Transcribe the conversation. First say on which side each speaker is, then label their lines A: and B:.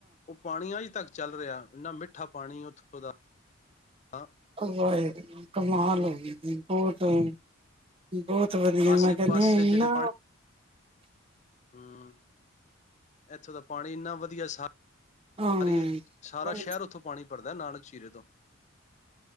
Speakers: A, on the left; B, on the right.
A: ਉਹ ਪਾਣੀ ਅੱਜ ਤੱਕ ਚੱਲ ਰਿਹਾ ਇੰਨਾ ਮਿੱਠਾ ਪਾਣੀ ਉੱਥ ਦਾ ਹ
B: ਵਾਹਿਗੁਰੂ ਕਮਾਲ ਹੋ ਗਈ, ਕਮਾਲ ਹੋ ਗਈ ਬਹੁਤ ਵੀ, ਬਹੁਤ ਵਧੀਆ
A: ਆਸੇ
B: ਮੈਂ ਕਹਿੰਦੀ
A: ਪਾਸੇ
B: ਆ
A: ਦੇ ਜਿਹੜੇ
B: ਇਨਾ
A: ਹੂੰ, ਇੱਥੋਂ ਤਾਂ ਪਾਣੀ ਇੰਨਾ ਵਧੀਆ ਸ ਸਾਰੀ
B: ਹਾਂ
A: ਸਾਰਾ ਸ਼ਹਿਰ ਉੱਥੋਂ ਪਾਣੀ ਭਰਦਾ ਨਾਨ ਚੀਰੇ ਤੋਂ।